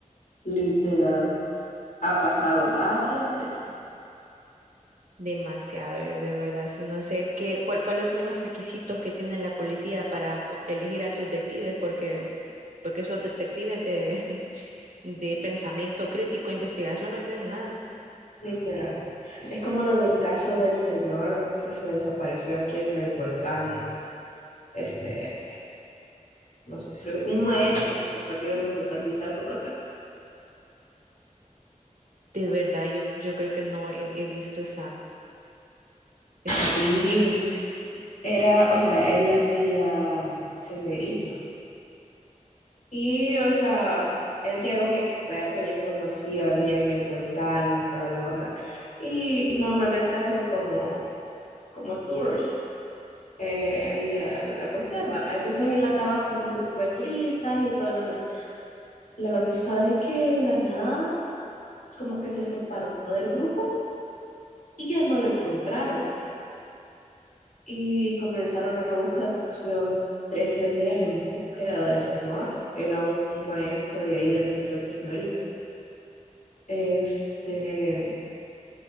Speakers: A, on the left; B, on the right.
A: literal, ha pasado varias veces.
B: Demasiado, yo de verdad, si no sé qué, cuál- cuáles son los requisitos que tiene la policía para co- elegir a sus detectives, porque, porque esos detectives de, <laughs> de pensamiento crítico, investigación, no tienen nada.
A: Literal. Es como lo del caso del señor que se desapareció aquí en el volcán, este, no sé si lo vi, un maestro que se perdió en el volcán de Izalco, creo que era.
B: De verdad, yo, yo creo que no he, he visto esa, esa
A: Sí,
B: noticia.
A: era, o sea, él hacía Senderismo. Y, o sea, él ya era un experto, ya conocía bien el volcán, toda la onda. Y normalmente hacen como, como tours eh, ahí al, al volcán, ¿va? Entonces él andaba con un grupo de turistas y toda la onda. La onda está de que de la nada, como que se separó del grupo y ya no lo encontraron. Y comenzaron la búsqueda, creo que estuvieron 13 días en búsqueda del señor. Era un, un maestro de ahí del centro de señoritas. Este,